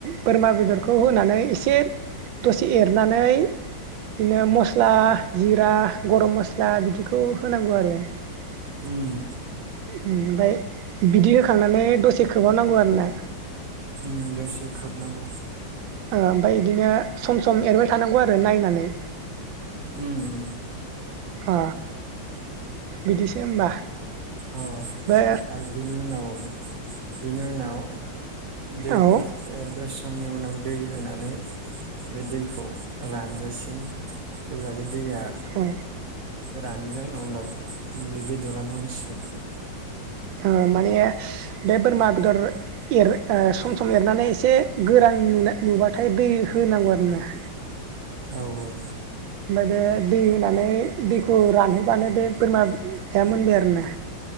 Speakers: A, on the right; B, on the right.
A: बोरमा बेदरखौ होनानै एसे दसे एरनानै बिदिनो मस्ला जिरा गरम मस्ला बिदिखौ होनांगौ आरो ओमफाय
B: उम
A: बिदि होखांनानै दसे खोबाब नांगौ आरोना
B: उम दसे खोबनांगौ
A: ओ ओमफ्राय बिदिनो सम सम एरबाय थानांगौ आरो नायनानै
B: उम
A: अ बिदिसो होमबा
B: अ
A: बे
B: आरो बिनि उनाव बेनि उनाव दै
A: औ
B: द ओ दसे समनि उनाव दै होनानै बे दै खौ रानजासिम जेब्ला दैैया
A: औ
B: रानगोन अब्ला बे बेदरा मोनसिगोन आरो
A: ओ माने बे बोरमा बेदर एर ओ सम सम एरनानै एसे गोरान नु नुबाथाय दै होनांगौ आरो ना
B: औ औ
A: ओमफाय बे दै होनानै दैखौ रानहोबानो बे बोरमाया मोनबाय आरोना